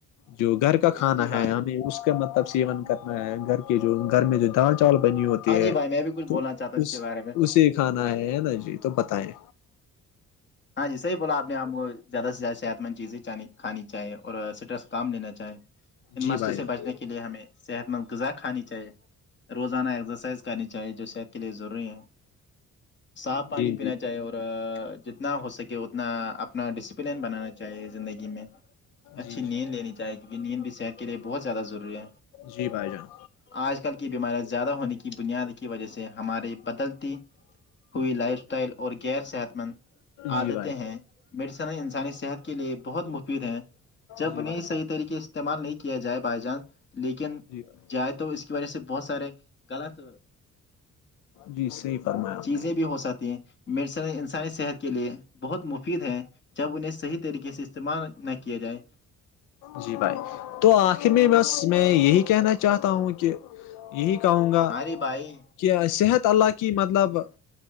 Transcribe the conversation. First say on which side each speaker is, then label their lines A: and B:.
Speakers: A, on the left; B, on the left.
A: جو گھر کا
B: ہاں
A: کھانا
B: جی بھائی
A: ہے ہمیں اس کا مطلب سیون کرنا ہے گھر کے جو گھر میں جو دال چاول بنی ہوتی
B: ہاں
A: ہے
B: جی بھائی میں بھی کچھ بولنا
A: تو
B: چاہتا ہوں
A: اس
B: کے بارے میں
A: اسے کھانا ہے ہے نا جی تو بتائیں
B: ہاں جی صح بولا آپ ہم کو زیادہ سے زیادہ صحت مند چیزیں چ کھانی چاہیے اور سٹرس کام لینا چاہیں ان
A: جی
B: مسئلے
A: بھائی
B: سے
A: جان
B: بچنے کے لیے ہمیں صحت مند غذا کھانی چاہیے روزانہ ایکسرسائز کرنی چاہیے جو صحت کے لیے ضروری ہے صاف پانی
A: جی
B: پینا
A: جی
B: چاہیے اور جتنا ہو سکے اتنا اپنا ڈسپلین بنانا چاہے چاہیے زندگی میں اچھی
A: جی
B: نیند
A: جی
B: لینی چاہیے کیونکہ نیند بھی صحت کے لیے بہت زیادہ ضروری ہے
A: جی بھائی جان
B: آج کل کی بیماریاں زیادہ ہونے کی بنیاد کی وجہ سے ہمارے بدلتی ہوئی لائف اسٹائل اور غیر صحت مند عادتیں
A: جی بھائی
B: ہیں میڈیسن انسانی صحت کے لیے بہت مفید ہیں جب
A: جی
B: انہیں
A: بھائی
B: صحیح طریقے استعمال نہیں کیا جائے بائی جانس لیکن
A: جی بھائی
B: جائے تو اس کی وجہ سے بہت سارے غلط
A: جی صحیح فرمایا آپ
B: چیزیں
A: نے
B: بھی ہو سکتی ہیں م انسانی صحت کی کے لیئے بہت مفید ہیں جب انہیں صحیح طریقے سے استعمال نہ کیا جائے
A: جی بھائی تو آخر میں بس میں یہی کہنا چاہتا ہوں کہ یہی کہوں گا
B: ہاں جی بھائی
A: کہ ای صحت اللہ کی مطلب